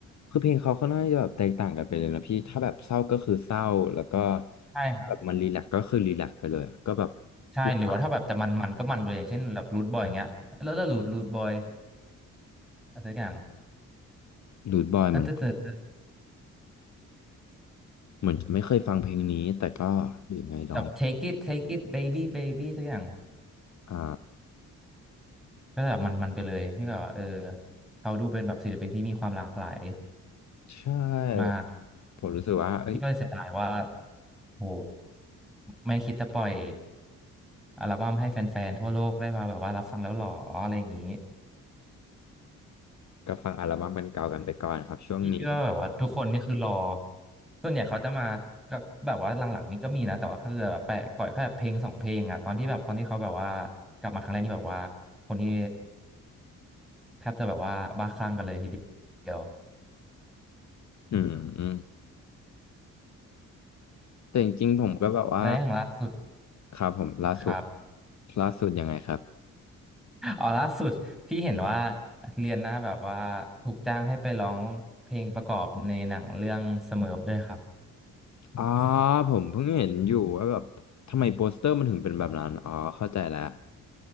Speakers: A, on the left (about 45°); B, in the centre.
A: คือเพลงเขาค่อนข้างจะแบบแตกต่างกันไปเลยนะพี่ถ้าแบบเศร้าก็คือเศร้าแล้วก็
B: ใช่ครับ
A: แบบมันรีแลกซ์ก็คือรีแลกซ์ไปเลยอะก็แบบ
B: ใช่หรือว่าถ้าแบบจะมันมันก็มันไปเลยอย่างเช่นแบบรูทบอยอย่างเงี้ยแล้วแล้วรูทรูทบอย
A: รบายอะ
B: อะไรสักอย่าง
A: รูทบอยมัน
B: อ่ะจะจะจะ
A: เหมือนจะไม่เคยฟังเพลงนี้แต่ก็อยู่ไงลอง
B: แบบ take it take it baby baby สักอย่าง
A: อ่า
B: ก็จะแบบมันมันไปเลยพี่ก็แบบว่าเออเขาดูเป็นแบบศิลปินที่มีความหลากหลาย
A: ใช่
B: มาก
A: แบบผมรู้สึกว่าเอ้ย
B: พี่ก็เลยเสียดายว่า โหไม่คิดจะปล่อยอัลบั้มให้แฟนๆทั่วโลกได้มาแบบว่ารับฟังแล้วหรออะไรอย่างนี้
A: ก็ฟังอัลบั้มเป็นเก่ากันไปก่อนครับช่วงนี้
B: พี่เชื่อว่าแบบว่าทุกคนนี่คือรอส่วนใหญ่เขาจะมาก็แบบว่าหลังๆนี้ก็มีนะแต่ว่าคือแบบแปะปล่อยแค่เพลงสองเพลงอ่ะตอนที่แบบคนที่เขาแบบว่ากลับมาครั้งแรกนี่แบบว่าคนนี้แทบจะแบบว่าบ้าคลั่งกันเลยทีเดียว
A: อืมอืมแต่จริงๆผมก็แบบว่า
B: และอย่างล่าสุด
A: ครับผมล่าสุด
B: ครับ
A: ล่าสุดยังไงครับ
B: <laughs> อ๋อล่าสุดพี่เห็นว่าเรียนหน้าแบบว่าถูกจ้างให้ไปร้องเพลงประกอบในหนังเรื่องเสมอด้วยครับ
A: อ๋อผมเพิ่งเห็นอยู่ว่าแบบทำไมโปสเตอร์มันถึงเป็นแบบนั้นอ๋อเข้าใจแล้ว